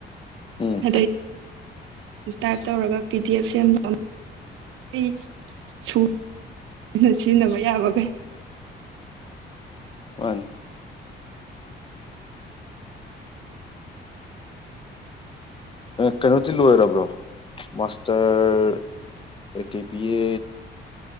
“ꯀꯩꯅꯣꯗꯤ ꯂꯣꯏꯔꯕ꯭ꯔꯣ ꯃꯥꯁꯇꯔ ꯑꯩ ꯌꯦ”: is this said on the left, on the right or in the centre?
Left